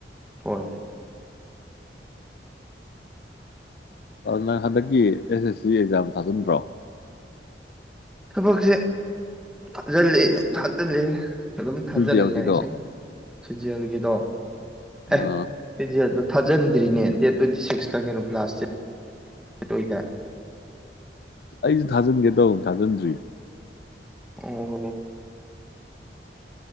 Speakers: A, in the centre; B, on the left.
A: ꯍꯣꯏꯣꯏ
B: ꯅꯪ ꯍꯟꯗꯛꯀꯤ ꯑꯦꯁ ꯑꯦꯁ ꯁꯤ ꯑꯦꯛꯖꯥꯝ ꯊꯥꯖꯤꯟꯕ꯭ꯔꯣ
A: ꯊꯕꯛꯁꯦ ꯊꯥꯖꯤꯜꯂꯤ ꯊꯥꯖꯤꯜꯂꯤ ꯑꯗꯨꯝ ꯊꯥꯖꯤꯂꯦ
B: ꯁꯤ ꯖꯤ ꯑꯦꯜꯒꯤꯗꯣ
A: ꯂꯥꯏꯁꯤꯡ ꯁꯤꯖꯦꯜꯒꯤꯗꯣ ꯑꯦꯗ
B: ꯑꯥ
A: ꯊꯥꯖꯟ ꯭ꯔꯤꯅꯦ ꯗꯦꯠ ꯇ꯭ꯋꯦꯟꯇꯤ ꯁꯤꯛꯁꯇ ꯀꯩꯅꯣꯥꯁ ꯑꯣꯏ
B: ꯑꯩꯁꯨ ꯊꯥꯖꯤꯟꯒꯦ ꯇꯧꯕ ꯊꯥꯖꯤꯟꯗ꯭ꯔꯤ
A: ꯑꯣ ꯍ